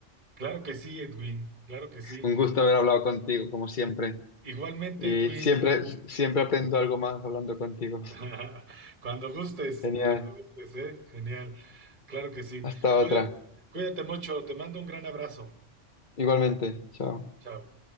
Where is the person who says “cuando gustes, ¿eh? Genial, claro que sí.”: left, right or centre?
Right